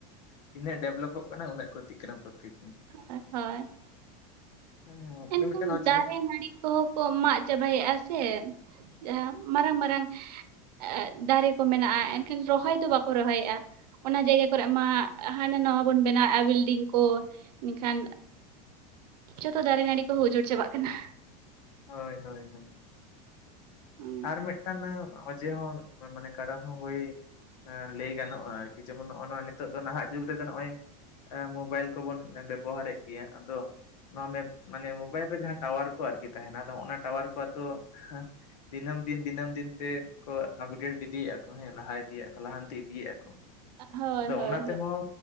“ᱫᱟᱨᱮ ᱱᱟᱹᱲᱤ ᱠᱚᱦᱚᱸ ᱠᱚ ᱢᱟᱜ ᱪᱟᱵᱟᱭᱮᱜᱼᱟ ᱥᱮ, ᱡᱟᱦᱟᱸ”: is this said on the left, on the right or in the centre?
Right